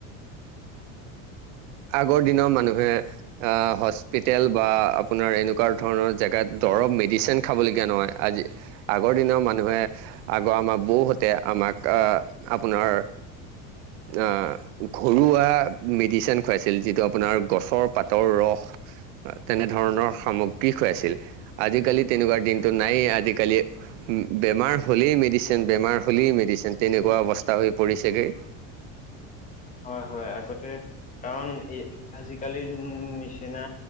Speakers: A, on the right; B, on the left.
A: আগৰ দিনৰ মানুহে অহ সঁচ টি তেল বা আপোনাৰ এনেকোৱা ধৰণৰ জেগাত দৰপ মি ডিচেণ্ট খাবলগীয়া নহয় আজি আগৰ দিনৰ মানুহে আগৰ আমাৰ বৌহতে আমাক আপোনাৰ আ। ঘৰুৱা মেডিচেন খুৱাইছিল যিটো আপোনাৰ গছৰ পাতৰ ৰস। তেনেধৰণৰ সামগ্ৰী খুৱাইছিল। আজিকালি তেনেকোৱা দিনটো নায়েই আজিকালি বেমাৰ হলেই মেডিচেন, বেমাৰ হলেই মেডিচিন তেনেকোৱা অৱস্থা হৈ পৰিছেগে। <unintelligible>
B: হয় হয় আগতে। কাৰণ এই আজিকালিৰ নিচিনা,